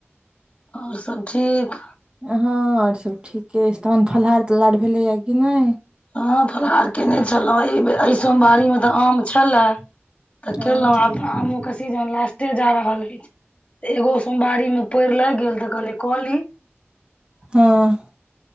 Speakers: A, on the left; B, on the right.
A: ओर सब ठीक?
B: हँ आर सब ठीके अइछ, तहन फलहार -तल्हार भेलैए कि नै
A: हँ फलहार केने छलौं, अइबेर अइ सोमवारी मे तऽ आम छलए। तऽ
B: हँ
A: केलौं आब तऽ आमो के सीजन लास्टे जा रहल अइछ, एगो सोमवारी मे पइर लैग गेल तऽ कहलीयइ कली
B: हँ